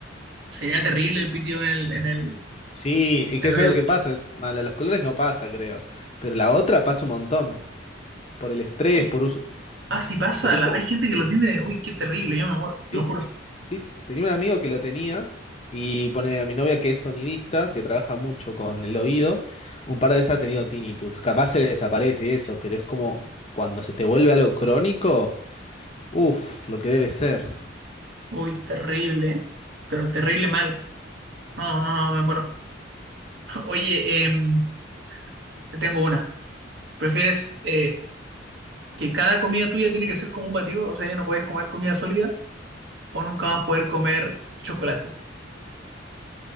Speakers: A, on the right (about 60°); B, on the left (about 35°).
A: Sería terrible el pitido en el, en el,
B: Sí, y que
A: en el
B: es
A: oído.
B: algo que pasa. encima, la de Los colores no pasa, creo. Pero la otra pasa un montón. por el estrés,
A: Uy.
B: por uso,
A: Ah, sí pasa.
B: por uso
A: la-
B: del-
A: Hay gente que lo tiene. Uy, qué terrible, yo me muero,
B: Sí,
A: te lo juro.
B: sí, tenía un amigo que lo tenía y pone a mi novia que es sonidista, que trabaja mucho con el oído, un par de veces ha tenido tinnitus. Capaz se le desaparece y eso, pero es como cuando se te vuelve algo crónico, uff, lo que debe ser.
A: Uy, terrible, ¿eh? Pero terrible mal. No, no, no, me muero. <laughs> Oye, em, te tengo una. ¿Prefieres eh, que cada comida tuya tiene que ser como un batido? O sea, ya no puedes comer comida sólida o nunca vas a poder comer chocolate. <laughs>